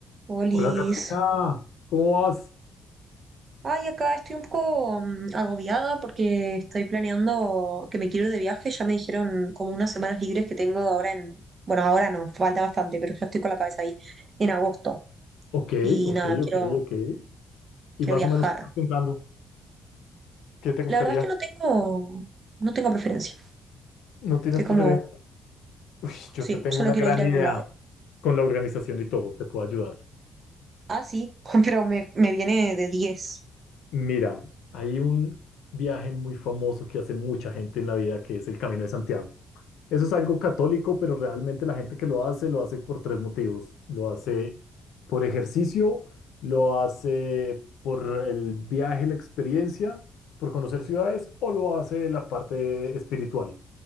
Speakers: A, on the right; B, on the left.
A: Polis.
B: Hola Carolina, ¿cómo vas?
A: Ay, acá estoy un poco mm, agobiada porque estoy planeando que me quiero ir de viaje. Ya me dijeron como unas semanas libres que tengo ahora en... Bueno, ahora no, falta bastante, pero ya estoy con la cabeza ahí en agosto.
B: Ok,
A: Y
B: ok,
A: nada, quiero,
B: ok, ok. Y
A: quiero
B: más
A: viajar.
B: o menos, ¿qué estás pensando? ¿Qué te gustaría?
A: La verdad es que no tengo, no tengo preferencia.
B: ¿No tienes
A: Estoy
B: preferencia?
A: como,
B: Uy, yo
A: sí,
B: te tengo
A: solo
B: una
A: quiero
B: gran
A: ir a
B: idea
A: algún lado.
B: con la organización y todo, te puedo ayudar.
A: Ah, sí, <laughs> pero me, me viene de diez.
B: Mira, hay un viaje muy famoso que hace mucha gente en la vida, que es el Camino de Santiago. Eso es algo católico, pero realmente la gente que lo hace lo hace por tres motivos. Lo hace por ejercicio, lo hace por el viaje, la experiencia, por conocer ciudades o lo hace la parte espiritual.